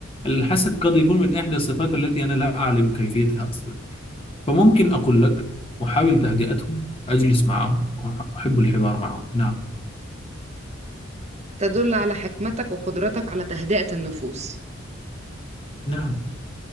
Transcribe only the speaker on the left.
الحسد قد يكون من إحدى الصفات التي أنا لا أعلم كيفيتها أصلا فممكن أقول لك أحاول تهدئتهم أجلس معهم أحب الحوار معهم نعم
نعم